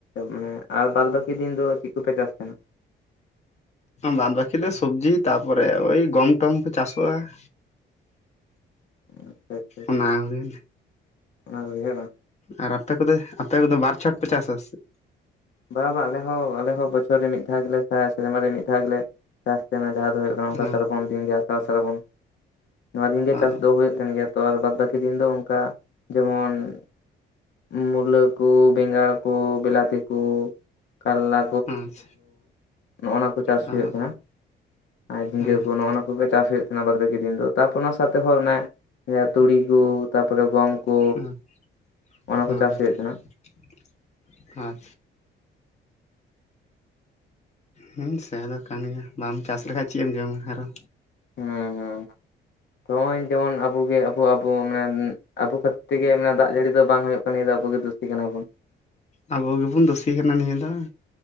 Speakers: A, on the left; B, on the left.
A: ᱢᱟᱱᱮ ᱟᱨ ᱵᱟᱫ ᱵᱟᱹᱠᱤ ᱫᱤᱱ ᱫᱚ ᱪᱤᱜ ᱠᱚᱯᱮ ᱪᱟᱥ ᱛᱟᱦᱮᱱᱟ ᱾
B: ᱵᱟᱫ ᱵᱟᱠᱤ ᱫᱚ ᱥᱚᱵᱽᱡᱤ ᱛᱟᱯᱚᱨᱮ ᱳᱭ ᱜᱚᱢᱴᱚᱢ ᱠᱚ ᱪᱟᱥᱚᱜᱼᱟ ᱾
A: <inaudible>
B: ᱚᱱᱟ ᱠᱚᱜᱮ ᱟᱨ ᱟᱯᱮ ᱠᱩᱫᱳ ᱟᱯᱮ ᱠᱚᱫᱚ ᱵᱟᱨ ᱪᱷᱚᱴ ᱯᱮ ᱪᱟᱥᱟ ᱥᱮ-
A: ᱵᱟᱵᱟ ᱟᱞᱮ ᱦᱚᱸ ᱟᱞᱮ ᱦᱚᱸ ᱵᱚᱪᱷᱚᱨ ᱨᱮ ᱢᱤᱫ ᱫᱷᱟᱣ ᱜᱮᱞᱮ ᱪᱟᱥ ᱥᱮᱨᱢᱟ ᱨᱮ ᱢᱤᱫ ᱫᱷᱟᱣ ᱜᱮᱞᱮ ᱾ ᱪᱟᱥ ᱛᱮᱱᱟ ᱡᱟᱦᱟᱸ ᱫᱚ ᱦᱩᱭᱩᱜ ᱠᱟᱱᱟ ᱚᱱᱠᱟ
B: ᱚ
A: ᱥᱨᱟᱵᱚᱱ ᱫᱤᱱ ᱜᱮ ᱟᱥᱟᱲ ᱥᱟᱨᱵᱚᱱ ᱱᱚᱣᱟ ᱫᱤᱱᱜᱮ
B: ᱚ
A: ᱪᱟᱥ ᱫᱚ ᱦᱳᱭᱳᱜ ᱛᱟᱦᱮᱱ ᱜᱮᱭᱟ ᱾ ᱛᱚ ᱟᱨ ᱵᱟᱫᱽ ᱵᱟᱹᱠᱤ ᱫᱤᱱ ᱫᱚ ᱚᱱᱠᱟ ᱡᱮᱢᱚᱱ- ᱢᱩᱞᱟᱹ ᱠᱩ ᱵᱮᱸᱜᱟᱲ ᱠᱩ ᱵᱮᱞᱟᱛᱤ ᱠᱩ ᱠᱟᱨᱞᱟ
B: <inaudible>
A: ᱱᱚᱜᱼᱱᱟ ᱠᱚ ᱪᱟᱥ
B: ᱚ
A: ᱦᱩᱭᱩᱜ ᱠᱟᱱᱟ ᱟᱨ ᱡᱷᱤᱸᱜᱟᱹ
B: ᱦᱮᱸ ᱦᱮᱸ
A: ᱠᱩ ᱱᱚᱜᱱᱟ ᱠᱚᱜᱮ ᱪᱟᱥ ᱦᱩᱭᱩᱜ ᱚᱱᱟ ᱵᱟᱫᱽ ᱵᱟᱠᱤ ᱫᱤᱱ ᱫᱚ ᱛᱟᱨ ᱯᱚᱨ ᱚᱱᱟ ᱥᱟᱶ ᱛᱮ ᱦᱚᱸ ᱚᱱᱮ ᱛᱩᱲᱤ ᱠᱩ ᱛᱟᱯᱚᱨᱮ ᱜᱚᱢ
B: <unintelligible>
A: ᱠᱚ ᱚᱱᱟ ᱠᱚ ᱪᱟᱥ ᱦᱩᱭᱩᱜ ᱛᱟᱦᱮᱱᱟ
B: ᱟᱪᱪᱟ ᱦᱮᱸᱧ ᱥᱮᱱ ᱟᱠᱟᱱ ᱜᱮᱭᱟ ᱵᱟᱢ ᱪᱟᱥ ᱞᱮᱠᱷᱟᱡ ᱪᱮᱫ ᱮᱢ ᱡᱚᱢᱟ ᱟᱨᱚ᱾
A: ᱦᱩᱸ ᱦᱩᱸ ᱱᱚᱜ-ᱚᱭ ᱡᱮᱢᱚᱱ ᱟᱵᱩ ᱜᱮ ᱟᱵᱚ ᱟᱵᱚ ᱢᱟᱱᱮ ᱟᱵᱚ ᱠᱷᱟᱹᱛᱤᱨ ᱛᱮᱜᱮ ᱢᱟᱱᱮ ᱫᱟᱜ ᱡᱟᱹᱲᱤ ᱫᱚ ᱵᱟᱝ ᱦᱳᱭᱳᱜ ᱠᱟᱱᱱᱤᱭᱟᱹ ᱫᱚ ᱟᱵᱩ ᱜᱮ ᱫᱩᱥᱤ ᱠᱟᱱᱟ ᱵᱚᱱ ᱾
B: ᱟᱵᱚ ᱜᱮᱵᱚᱱ ᱫᱳᱥᱤ ᱠᱟᱱᱟ ᱱᱤᱭᱟᱹ ᱫᱚ